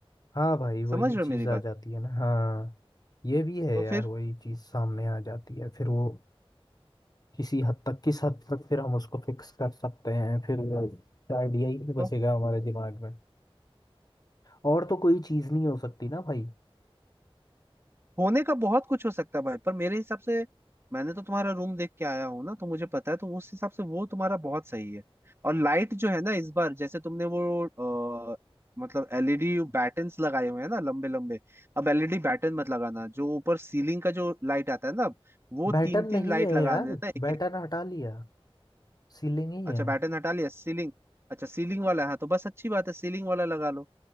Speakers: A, on the left (about 40°); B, on the right (about 25°).
A: हाँ भाई वही
B: समझ रहे
A: चीज़
B: हो मेरी बात
A: आ जाती है ना हाँ ये भी है
B: तो
A: यार
B: फिर
A: वही चीज़ सामने आ जाती है फिर वो किसी हद तक किस हद तक फिर हम उसको फिक्स कर सकते हैं फिर वो आइडिया ही नहीं बचेगा
B: तो
A: हमारे दिमाग में और तो कोई चीज़ नहीं हो सकती ना भाई
B: होने का बहुत कुछ हो सकता है भाई पर मेरे हिसाब से मैंने तो तुम्हारा रूम देख के आया हूँ ना तो मुझे पता है तो उस हिसाब से वो तुम्हारा बहुत सही है और लाइट जो है ना इस बार जैसे तुमने वो अ, मतलब एलईडी बैटन्स लगाए हुए हैं ना लंबे लंबे अब एलईडी बैटन मत लगाना जो ऊपर सीलिंग का जो लाइट आता है ना अब वो
A: बैटन
B: तीन तीन
A: नहीं
B: लाइट
A: है
B: लगा
A: यार
B: देना एक
A: बैटन
B: एक
A: हटा लिया सीलिंग ही
B: अच्छा
A: है
B: बैटन हटा लिया सीलिंग अच्छा सीलिंग वाला है, हाँ तो बस अच्छी बात है सीलिंग वाला लगा लो